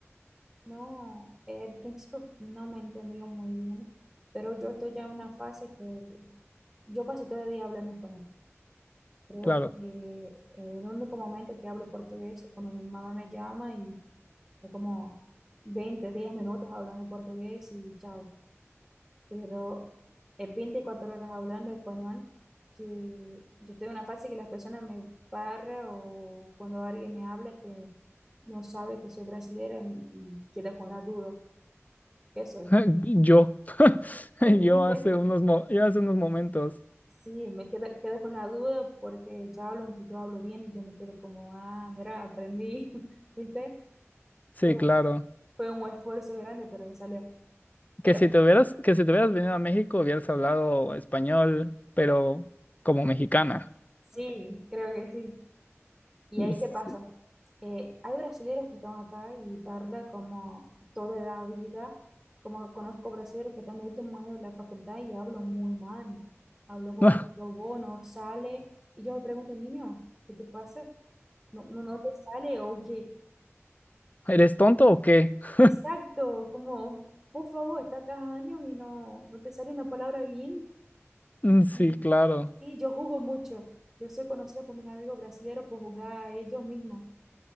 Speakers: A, in the centre; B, on the left.
A: No, eh, al principio no me entendió muy bien, pero yo estoy ya en una fase que yo paso todo el día hablando español. Creo
B: claro.
A: que eh, el único momento que hablo portugués es cuando mi mamá me llama y es como 20 10 minutos hablando portugués y chao. Pero es 24 horas hablando español que yo estoy en una fase que las personas me paran o cuando alguien me habla que no sabe que soy brasileña y queda con la duda. ¿Qué soy?
B: <laughs> Yo, <laughs>
A: <laughs>
B: yo
A: ¿Viste?
B: hace unos, mo- yo hace unos momentos,
A: Sí, me quedé, quedé con la duda porque ya hablan que yo hablo bien y yo me quedo como, ah, mira, aprendí, <laughs> ¿viste?
B: sí,
A: Fue,
B: claro,
A: fue un esfuerzo grande, pero salió. Pero
B: que si te hubieras, que si te hubieras venido a México hubieras hablado español, pero como mexicana.
A: sí, creo que sí. ¿Y
B: Sí.
A: ahí qué pasa? Eh, hay brasileños que están acá y tarda como toda la vida, como conozco brasileños que están en el último año de la facultad y hablan muy mal, hablo como
B: <laughs>
A: lobo, no sale, y yo me pregunto, niño, ¿qué te pasa? No, no, no te sale o qué.
B: ¿Eres tonto o qué?
A: Exacto,
B: <laughs>
A: como, por favor, estás acá años y no, no te sale una palabra bien.
B: Mm, Sí,
A: Mm.
B: claro,
A: Sí, yo jugo mucho. Yo soy conocida por mis amigos brasileños por jugar a ellos mismos.